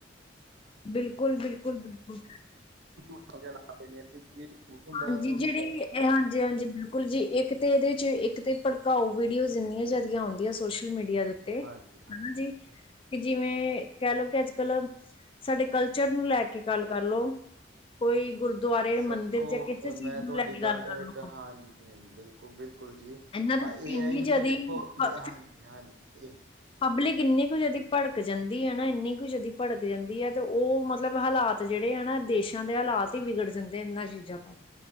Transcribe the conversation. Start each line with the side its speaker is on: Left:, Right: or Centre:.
Left: ਬਿਲਕੁਲ ਬਿਲਕੁਲ ਬਿਲਕੁਲ।
Right: ਸਮਝਣਾ ਪ ਨੇ। <inaudible> ਹੁੰਦਾ
Left: ਹਾਂਜੀ
Right: ਹੈ ਤੇ ਉਹਨੂੰ
Left: ਜਿਹੜੀ
Right: ਸੱਚ ਸਮਝਣ
Left: ਹਾਂਜੀ
Right: ਲੱਗ
Left: ਹਾਂਜੀ
Right: ਪਏ
Left: ਬਿਲਕੁਲ। ਕੁਲ ਜੀ ਇੱਕ ਤੇ ਇਹਦੇ ਚ ਇੱਕ ਤੇ ਭੜਕਾਊ ਵੀਡੀਓਜ਼ ਇੰਨੀਆਂ ਜ਼ਿਆਦੀ ਆਉਂਦੀਆਂ ਸੋਸ਼ਲ ਮੀਡੀਆ ਦੇ ਉੱਤੇ।
Right: ਹਾਂਜੀ
Left: ਤੇ
Right: ਹਾਂਜੀ
Left: ਹਨ ਜੀ। <inaudible> ਕਿ ਜਿਵੇਂ ਕਹਿ ਲਓ ਕਿ ਅੱਜ ਕੱਲ ਸਾਡੇ ਕਲਚਰ ਨੂੰ ਲੈ ਕੇ ਗੱਲ ਕਰ ਲਓ। ਕੋਈ ਗੁਰਦੁਆਰੇ
Right: ਸਭ
Left: ਮੰਦਿਰ। ਜਾਂ ਕਿਸੇ ਚੀਜ਼
Right: ਮੈਂ
Left: ਨੂੰ
Right: ਤੁਹਾਡੀ
Left: ਲੈ ਕੇ
Right: ਗੱਲ
Left: ਕਰ ਲਓ
Right: ਹਾਂਜੀ ਬਿਲਕੁਲ ਬਿਲਕੁਲ ਜੀ। ਇਹ
Left: ਇਹਨਾਂ ਦੇ ਉੱਤੇ
Right: ਏ‌
Left: ਇੰਨੀ
Right: ਆਈ ਨਹੀਂ
Left: ਜ਼ਿਆਦਾ
Right: ਦੇਖੋ ਹਾਂਜੀ ਹਾਂਜੀ ਇਹ।
Left: ਪਬਲਿਕ ਇੰਨੀ ਕੁ ਜ਼ਿਆਦਾ ਭੜਕ ਜਾਂਦੀ ਹੈ ਨਾ ਇੰਨੀ ਕੁ ਜ਼ਿਆਦਾ ਭੜਕ ਜਾਂਦੀ ਹੈ ਤੇ ਉਹ ਮਤਲਬ ਹਾਲਾਤ। ਤੇ ਜਿਹੜੇ ਹਨਾ ਦੇਸ਼ਾਂ ਦੇ ਹਾਲਾਤ ਹੀ ਵਿਗੜ ਜਾਂਦੇ ਇਹਨਾਂ ਚੀਜ਼ਾਂ ਤੋਂ